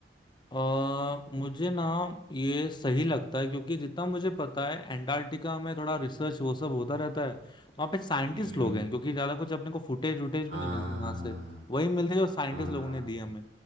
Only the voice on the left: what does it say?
अ मुझे ना ये सही लगता है क्योंकि जितना मुझे पता है एंटार्क्टिका में थोड़ा रिसर्च वो सब होता रहता है वहाँ पे साइंटिस्ट
लोग हैं क्योंकि ज्यादा कुछ अपने को फुटेज वुटेज भी
नहीं मिलती वहां से वही मिलती है जो साइंटिस्ट
लोगों ने दी हमें